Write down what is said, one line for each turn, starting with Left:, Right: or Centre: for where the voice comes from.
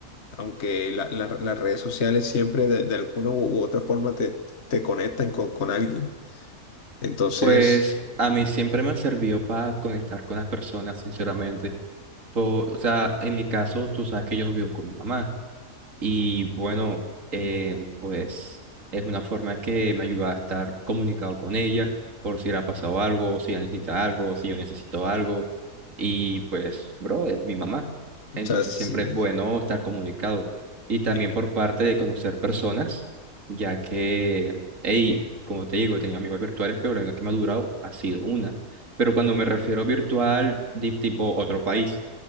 Left: aunque la- la- las redes sociales siempre de, de alguna u, u otra forma te, te conectan con, con alguien. Entonces,
Right: Pues a mí siempre me sirvió para conectar con las personas, sinceramente. Po- o sea, en mi caso, tú sabes que yo vivo con mi mamá. Y bueno, eh, pues es una forma que me ayuda a estar comunicado con ella por si le ha pasado algo, o si ella necesita algo, o si yo necesito algo. Y pues, bro, es mi mamá.
Left: o
Right: Entonces
Left: sea, sí,
Right: siempre es bueno estar comunicado. Y también
Left: eh,
Right: por parte de conocer personas, ya que, hey, como te digo, he tenido amigos virtuales, pero la única que me ha durado ha sido una. Pero cuando me refiero virtual, de tipo otro país